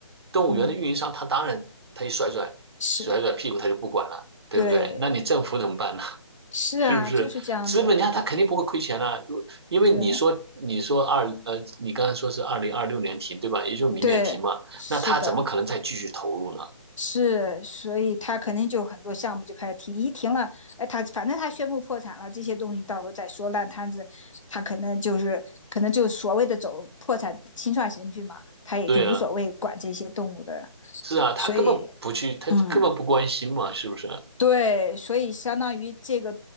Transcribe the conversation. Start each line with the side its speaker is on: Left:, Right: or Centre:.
Right: 动物园的运营商他当然他一甩甩。
Left: 嗯是
Right: 甩甩屁股他就不管了，对不对？
Left: 对。
Right: 那你政府怎么办呢？<laughs>
Left: 是啊，
Right: 是不是资本家他肯定不会亏钱啊，
Left: 就是这样子嘛。
Right: 如因为你说你说二呃，
Left: 对
Right: 你刚才说是二零二六年停对吧？也就是明年停嘛，
Left: 对，是的，
Right: 那他怎么可能再继续投入呢？
Left: 是，所以他肯定就有很多项目就开始停，一停了，哎，他反正他宣布破产了，这些东西到时候再说烂摊子，他可能就是可能就是所谓的走破产清算程序嘛，他也就无所谓管这些动物的，
Right: 对啊，是啊，他根本不去，
Left: 所以
Right: 他根本不关心嘛，
Left: 嗯，
Right: 是不是？
Left: 对，所以相当于这个